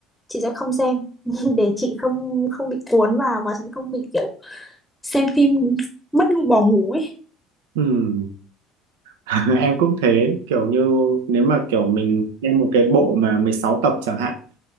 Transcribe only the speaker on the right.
Ừm, <laughs> em cũng thế kiểu như nếu mà kiểu mình xem một cái bộ mà 16 tập chẳng hạn